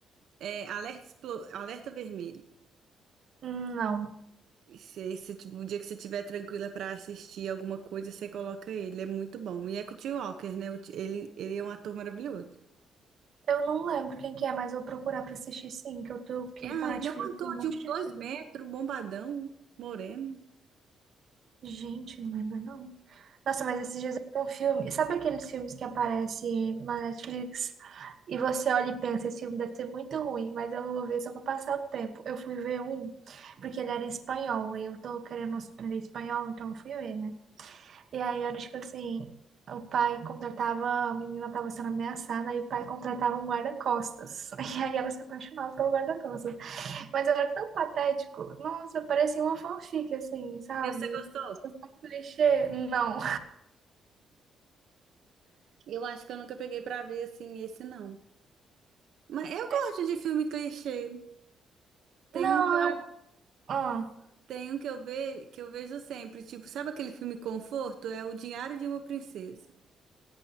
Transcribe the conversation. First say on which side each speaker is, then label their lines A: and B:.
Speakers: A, on the right; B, on the right.
A: É, Alerta, Explo- Alerta Vermelho.
B: Hum, Não.
A: Se, se, tipo, o dia que você estiver tranquila pra assistir alguma coisa, você coloca ele. É muito bom. E é com o T. Walker, né? O T- Ele, ele é um ator maravilhoso.
B: Eu não lembro quem que é, mas eu vou procurar pra assistir sim, que eu tô aqui
A: Ah,
B: com a Netflix
A: ele é um ator
B: tem um monte
A: de uns
B: de
A: dois
B: filme.
A: metros, bombadão, moreno.
B: Gente, não lembro não. Nossa, mas esses dias eu vi um filme. Sabe aqueles filmes que aparecem na Netflix e você olha e pensa, esse filme deve ser muito ruim, mas eu vou ver só pra passar o tempo. Eu fui ver um, porque ele era em espanhol, aí eu tô querendo aprender espanhol, então eu fui ver, né? E aí era tipo assim, o pai contratava, a menina estava sendo ameaçada, aí o pai contratava um guarda-costas. <laughs> E aí ela se apaixonava pelo guarda-costas. Mas era tão patético. Nossa, parecia uma fanfic, assim, sabe?
A: E você gostou?
B: Um clichê. Não.
A: Eu acho que eu nunca peguei pra ver assim esse não. Mas eu gosto
B: <laughs>
A: de filme clichê. Tem
B: Não,
A: um que eu,
B: eu. Ah.
A: tem um que eu vejo, que eu vejo sempre, tipo, sabe aquele filme conforto? É O Diário de uma Princesa.